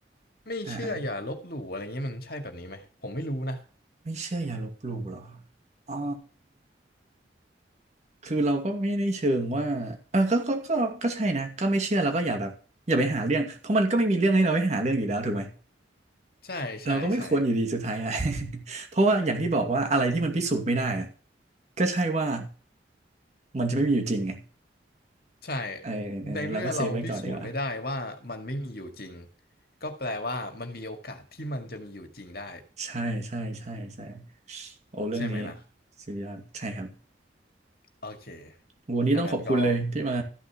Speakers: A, on the left; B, on the right.
A: ไม่เชื่ออย่าลบหลู่อะไรเงี้ยมันใช่แบบนี้ไหมผมไม่รู้นะ
B: อ่าอ่าไม่เชื่ออย่าลบหลู่เหรออ๋อคือเราก็ไม่ได้เชิงว่าเออก็ก็ก็ก็ใช่นะก็ไม่เชื่อเราก็อย่าแบบอย่าไปหาเรื่องเพราะมันก็ไม่มีเรื่องให้เราไปหาเรื่องอยู่แล้วถูกไหม
A: ใช่ใช่ใช่
B: เราก็ไม่ควรอยู่ดีสุดท้ายอะ <laughs> เพราะว่าอย่างที่บอกว่าอะไรที่มันพิสูจน์ไม่ได้อะก็ใช่ว่ามันจะไม่มีอยู่จริงไง
A: ใช่
B: เออเออเราก็เซฟไว้ก่อนดีกว่า
A: ในเมื่อเราพิสูจน์ไม่ได้ว่ามันไม่มีอยู่จริงก็แปลว่ามันมีโอกาสที่มันจะมีอยู่จริงได้
B: ใช่ใช่ใช่ใช่โอ้เรื่องนี้
A: ใช่ไหมล่ะ
B: สุดยอดใช่ครับ
A: โอเค
B: โหวันนี้ต้องขอบคุณเลยที่มา
A: ถ้างั้นก็